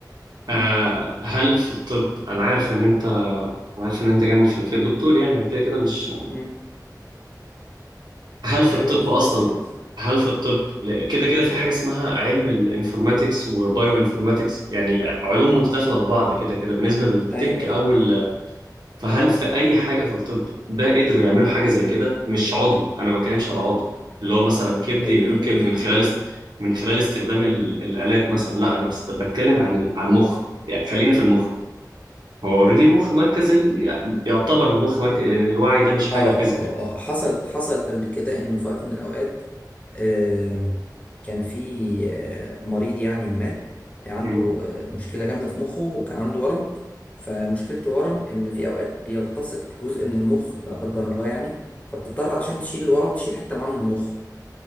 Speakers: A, on the left; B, on the right.
A: آه.
B: آه هل في الطب انا عارف ان انت أنا عارف ان انت جاي من خلفيه دكتور يعني كده كده مش
A: مم.
B: هل في
A: ماله
B: الطب
A: بقى في
B: اصلا
A: الطب ايه اللي بيحصل
B: هل في الطب ل- كده كده في حاجه اسمها علم الانفورماتكس وبايو انفورماتكس يعني علوم
A: مم.
B: متداخله في بعض كده كده بالنسبه للتك
A: ايوه
B: او
A: ايوه
B: ال... فهل في اي حاجه في الطب ده قدروا يعملوا حاجه زي كده مش عضو انا ما بتكلمش على عضو اللي هو مثلا كبد
A: قدروا
B: ينقلوا
A: يعملوا
B: الكبد
A: ايه
B: من خلال است... من خلال استخدام ال... الالات مثلا لا انا بس بتكلم عن ال... عن المخ يعني خلينا في المخ هو اوريدي المخ مركز ال... يعتبر المخ مركز لان الوعي ده مش حاجه
A: اه
B: فيزيكال
A: اه اه اه حصلت حصلت قبل كده انه في وقت من الاوقات آم، كان في آه، مريض يعني ما عنده
B: امم
A: آه، مشكله جامده في مخه وكان عنده ورم فمشكله الورم ان في اوقات بيلتصق جزء من المخ لا قدر الله يعني فبتضطر عشان تشيل الورم تشيل حته معاه من المخ